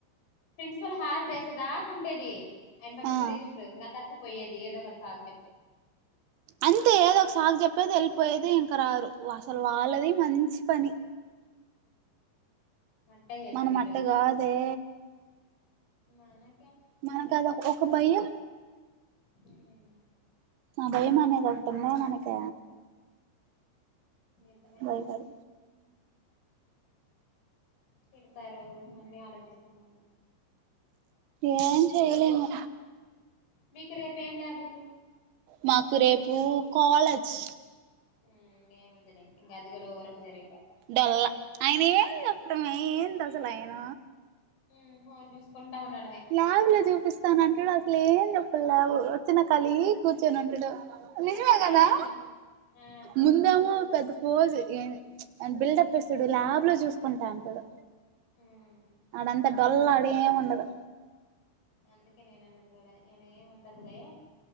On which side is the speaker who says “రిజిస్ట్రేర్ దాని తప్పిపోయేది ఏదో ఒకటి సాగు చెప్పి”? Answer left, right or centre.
Left